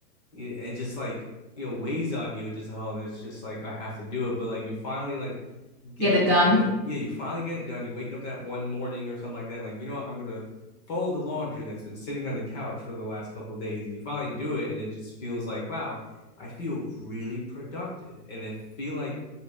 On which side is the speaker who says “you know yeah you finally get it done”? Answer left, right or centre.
Left